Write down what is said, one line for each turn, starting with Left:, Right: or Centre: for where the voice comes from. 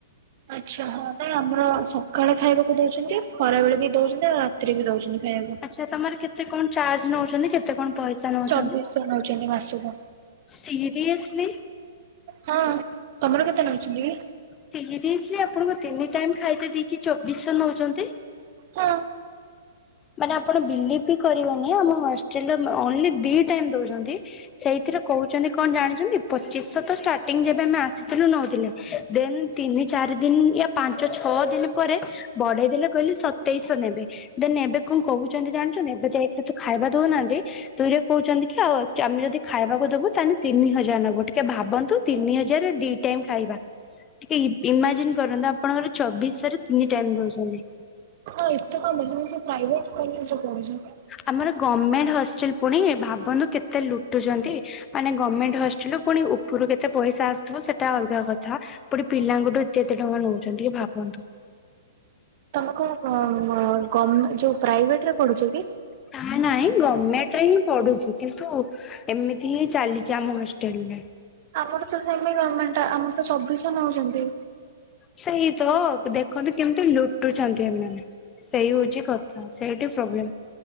Right: ଆଚ୍ଛା ହଁ ନାଇ ଆମର ସକାଳେ ଖାଇବାକୁ ଦଉଛନ୍ତି ଖରା ବେଳେ ବି ଦଉଛନ୍ତି ଆଉ ରାତିରେ ବି ଦଉଚନ୍ତି ଖାଇବାକୁ।
Left: ଆଛା ତମର କେତେ କଣ ଚାର୍ଜ ନଉଛନ୍ତି କେତେ କଣ ପଇସା ନଉଛନ୍ତି?
Right: ଚବିଶଶହ ନଉଛନ୍ତି ମାସକୁ
Left: ସିରିଏସ୍ଲି।
Right: ହଁ ତମର କେତେ ନଉଚନ୍ତି କି?
Left: ସିରିଏସଲି ଆପଣଙ୍କୁ ତିନି ଟାଇମ ଖାଇତ ଦେଇକି ଚବିଶହ ନଉଚନ୍ତି।
Right: ହଁ।
Left: ମାନେ ଆପଣ ବିଲିଭ ବି କରିବେନି ଆମ ହଷ୍ଟେଲ ରେ ଓନଲି ଦି ଟାଇମ୍ ଦଉଚନ୍ତି। ସେଇଥିରେ କହୁଛନ୍ତି କଣ ଜାଣିଚନ୍ତି ପଚିଶ ତ ଷ୍ଟାର୍ଟିଂ ଯେବେ ଆମେ ଆସିଥିଲୁ ନଉଥିଲେ ଦେନ୍ ତିନି ଚାରି ଦିନ ୟ ପାଞ୍ଚ ଛଅ ଦିନ ପରେ ବଢେଇ ଦେଲେ କହିଲେ ସତେଇଶ ନେବେ ଦେନ ଏବେ କଣ କହୁଛନ୍ତି ଜାଣିଛନ୍ତି ଏବେ ଯାଇଥିଲି ତୁ ଖାଇବା ଦଉନାହାନ୍ତି ଦୁଇରେ କହୁଚନ୍ତି କି ଆଉ ଆମେ ଯଦି ଖାଇବାକୁ ଦବୁ ତାହେଲେ ତିନି ହଜାର ନବୁ ଟିକେ ଭାବନ୍ତୁ ତିନି ହଜାର ରେ ଦି ଟାଇମ୍ ଖାଇବା। ଟିକେ ଇମାଜିନ୍ କରନ୍ତୁ ଆପଣଙ୍କର ଚବିଶରେ ତିନି ଟାଇମ ଦଉଚନ୍ତି।
Right: ହଁ ଏତେ କଣ ପ୍ରାଇଭେଟ କଲେଜରେ କହୁଚନ୍ତି।
Left: ଆମର ଗମେଣ୍ଟ ହଷ୍ଟେଲ ପୁଣି ଭାବନ୍ତୁ କେତେ ଲୁଟୁଛନ୍ତି। ମାନେ ଗମେଣ୍ଟ ହଷ୍ଟେଲୁ ପୁଣି ଉପରୁ କେତେ ପସ ଆସୁଥିବ ସେଟା ଅଲଗା କଥା ଏପଟେ ପିଲାଙ୍କଠୁ ଏତେ ଏତେ ଟଙ୍କା ନଉଛନ୍ତି ଟିକେ ଭାବନ୍ତୁ।
Right: ତମ କଣ ଗମ୍ ଯୋଉ ପ୍ରାଇଭେଟ ରେ ପଢୁଚ କି?
Left: ତା ନାହିଁ ଗର୍ମେଣ୍ଟ ରେ ହିଁ ପଢୁଚୁ କିନ୍ତୁ ଏମିତି ହିଁ ଚାଲିଚି ଆମ ହଷ୍ଟେଲ ରେ
Right: ଆମର ତ ସେମି ଗମେଣ୍ଟ ଆମର ତ ଚବିଶ ନଉଚନ୍ତି।
Left: ସେଇ ତ ଦେଖନ୍ତୁ କେମିତି ଲୁଟୁଛନ୍ତି ଏମାନେ। ସେଇ ହଉଛି କଥା ସେଇଠି ପ୍ରୋବେଲେମ୍।